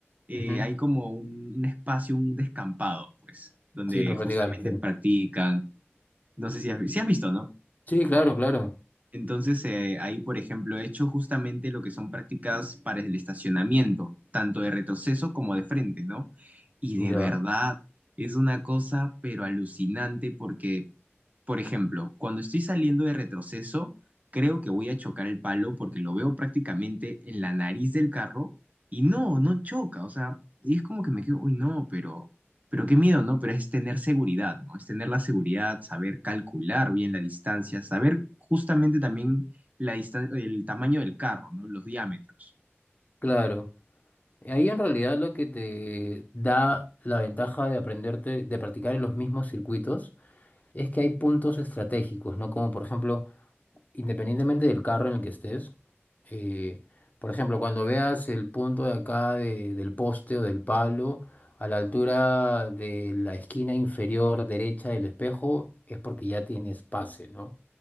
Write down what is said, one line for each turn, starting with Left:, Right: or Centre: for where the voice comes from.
Right: eh,
Left: Ujú.
Right: hay como un, un espacio, un descampado, pues, donde
Left: Sí, para
Right: justamente
Left: practicar, Sí. sí.
Right: practican. No sé si has, vi- sí has visto, ¿no?
Left: Sí, claro, claro.
Right: Entonces, eh, ahí, por ejemplo, he hecho justamente lo que son prácticas para el estacionamiento, tanto de retroceso como de frente, ¿no? Y de
Left: Ya,
Right: verdad, es una cosa, pero alucinante porque por ejemplo, cuando estoy saliendo de retroceso, creo que voy a chocar el palo porque lo veo prácticamente en la nariz del carro y no, no choca. O sea, y es como que me quedo, uy, no, pero, pero qué miedo, ¿no? Pero es tener seguridad, ¿no? Es tener la seguridad, saber calcular bien la distancia, saber justamente también la distan- el tamaño del carro, ¿no? Los diámetros.
Left: claro. Ahí en realidad lo que te da la ventaja de aprenderte, de practicar en los mismos circuitos, es que hay puntos estratégicos, ¿no? Como por ejemplo, independientemente del carro en el que estés, eh, por ejemplo, cuando veas el punto de acá de- del poste o del palo, a la altura de la esquina inferior derecha del espejo, es porque ya tienes pase, ¿no?